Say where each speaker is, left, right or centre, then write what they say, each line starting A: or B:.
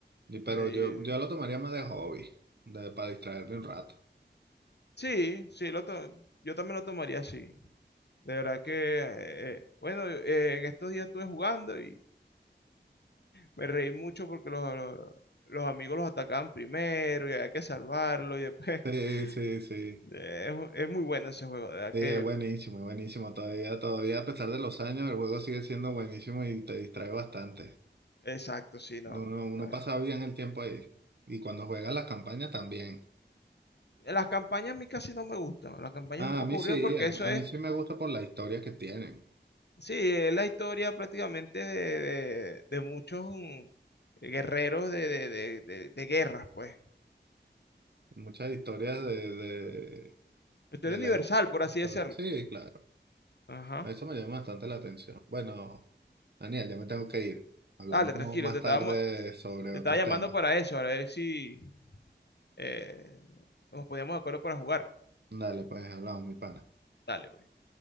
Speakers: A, on the right; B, on the left.
A: Y- Pero
B: Eh,
A: yo, yo lo tomaría más de hobby, de- para distraerme un rato.
B: sí, sí, lo to- yo también lo tomaría así. De verdad que, eh, eh, bueno, eh, en estos días estuve jugando y me reí mucho porque los, los- los amigos los atacaban primero y había que salvarlo y después
A: Sí, sí, sí.
B: <laughs> eh, es, es muy bueno ese juego, de verdad
A: Sí,
B: que,
A: es buenísimo, es buenísimo. Todavía, todavía a pesar de los años, el juego sigue siendo buenísimo y te distrae bastante.
B: exacto, sí, no.
A: Uno, uno
B: Ah,
A: pasa bien el tiempo ahí. Y cuando juegas las campañas también.
B: Las campañas a mí casi no me gustan, las campañas
A: Ah,
B: es un poco
A: a mí
B: aburridas
A: sí,
B: porque
A: a,
B: eso
A: mí a
B: es
A: mí sí me gusta por la historia que tienen.
B: Sí, es la historia prácticamente de, de- de muchos mm, guerreros de, de- de- de- de guerras, pues.
A: Muchas historias de, de,
B: La historia
A: de
B: universal,
A: la his-
B: por así
A: histo-
B: decirlo.
A: Sí, claro.
B: Ajá.
A: Eso me llama bastante la atención. Bueno, Daniel, ya me tengo que ir. Hablamos
B: Dale, tranquilo,
A: más
B: te
A: tarde
B: estaba, mo-
A: sobre
B: te
A: otro
B: estaba llamando
A: tema.
B: para eso, para ver si eh, nos poníamos de acuerdo para jugar.
A: Dale, pues hablamos, mi pana.
B: Dale. pues.